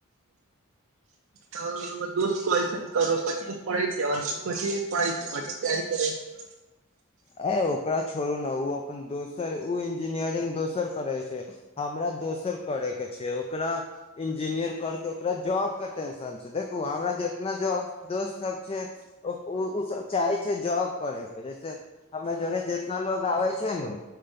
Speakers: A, on the right; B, on the left.
A: तर रैआ दोस्त कहै कथी पढ़ै छै कथी पढ़ै छै कथी तैयारी करै छै
B: अ ओकरा छोड़ू ने उ अपन दोसर ओ इंजीनियरिंग दोसर करे छै हमरा दोसर करय के छै ओकरा इंजीनियर करके ओकरा जॉबके टेंशन छै देखू हमरा जेतना जॉब दोस्त सब छै ओ उऽ सब चाहे छै जॉब करै के जैसे हमरा जरे जेतना लोकग आबै छै नू